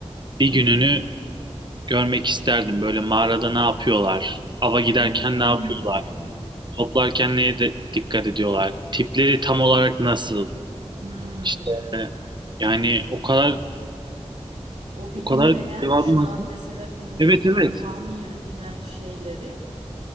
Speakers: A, on the right; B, on the right.
A: bir
B: Hı hı.
A: gününü görmek isterdim. Böyle mağarada ne yapıyorlar, ava giderken
B: Hmm.
A: ne yapıyorlar. Toplarken neye de dikkat ediyorlar? Tipleri tam olarak nasıl?
B: Hmm.
A: İşte yani o kadar
B: O
A: o
B: bilinmeyen
A: kadar cevabım
B: şu
A: hazır.
B: an mesela günümüzde
A: Evet evet.
B: tahmin yürütülen şeyleri